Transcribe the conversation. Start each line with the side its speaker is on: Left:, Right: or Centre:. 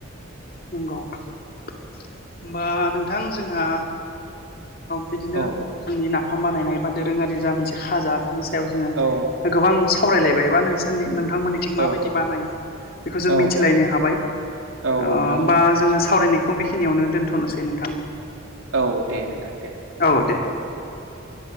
Left: <unintelligible> होनबा नोंथां जोंहा बिदिनो
Right: औ
Left: जोंनि नाफाम बानायनाय बा दोरोङारि जा मोनसे खाजा बिनि सायाव जोङो
Right: औ
Left: गोबां सावरायलायबाय बा नोंसोरनि नोंथांमोननिथिं माबायदि
Right: औ
Left: बानायो बेखौ जों
Right: औ
Left: मिथिलायनो हाबाय
Right: औ
Left: होमबा
Right: नोंथां औ
Left: जोङो सावरायनायखौ बेखिनियावनो दोनथ'नोसै नोंथां
Right: औ दे नोंथां दे
Left: औ दे
Right: दे